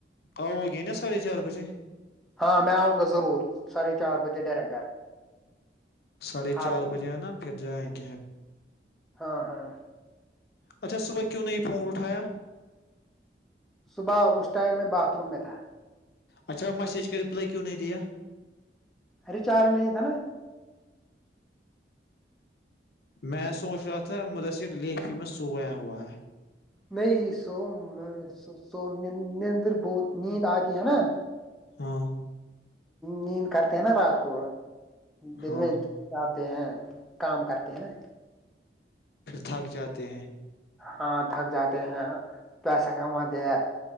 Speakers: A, on the left; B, in the centre.
A: آو ہو گئے نا ساھے چار بجے
B: ہاں میں آؤں گا ضرور ساھے چار بجے ڈائریکٹ گھر
A: ساھے چار
B: آپ
A: بجے ہے نا پھر جائیںگ
B: ہاں ہاں
A: اچھا صبح کیوں نے یہ فون اٹھایا
B: صبح اس ٹائم میں باتھ روم میں تھا
A: اچھا میسیج کے رپلائی کیوں نہ دیا
B: ار چار نہیں تھا نا
A: میں سوچ رہا تھا مدثر لیفی میں سو گیا ہوا ہے
B: نہیں س س ندر بہت نیند آتی ہے نا
A: ہاں
B: نیند کرتے ہیں نا رات کو دن
A: ہاں
B: کر ہیں کام کرتے ہیں نا
A: پھر تھک جاتے ہیں
B: ہاں تھک جاتے ہیں پیسہ کماتے ہیں